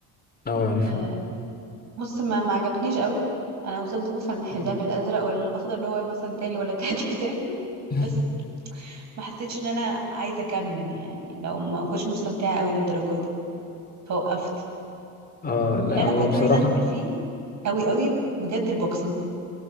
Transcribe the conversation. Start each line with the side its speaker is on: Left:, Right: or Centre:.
Left: اه عارفها
Right: لا بص ما ما عجبتنيش قوي انا وصلت مثلا الحزام
Left: مم.
Right: الازرق ولا الاخضر اللي هو مثلا تاني ولا تالت <laughs> حزام
Left: <laughs>
Right: بس ما حسيتش ان انا عايزه اكمل يعني لو ما كنتش مستمتعه قوي للدرجه دي فوقفت
Left: اه لا
Right: اللي انا
Left: هو
Right: كنت
Left: بصراحة
Right: عايزه ادخل فيه قوي قوي بجد البوكسنج